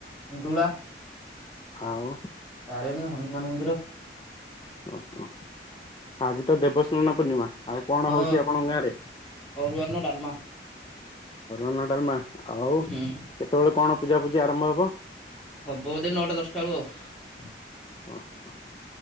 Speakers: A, in the centre; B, on the left.
A: ଗୁଳା
B: ଆଉ।
A: ତାରିଣୀ, ହନୁମାନ ମନ୍ଦିର।
B: ଓହୋ, ଆଜି ତ ଦେବସ୍ନାନ ପୂର୍ଣ୍ଣିମା। ଆଉ କଣ
A: ହଁ
B: ହଉଛି ଆପଣଙ୍କ ଗାଁ ରେ?
A: ଅରୁଆ ଅନ୍ନ ଡାଲମା
B: ଅରୁଆ ଅରନ୍ନ ଡାଲମା ଆଉ
A: ହୁଁ
B: କେତେବେଳେ କଣ ପୂଜା ପୂଜି ଆରମ୍ଭ ହବ?
A: ହବ ବୋଧେ ନଅଟା ଦଶଟା ବେଳକୁ ଆଉ।
B: ଓହ,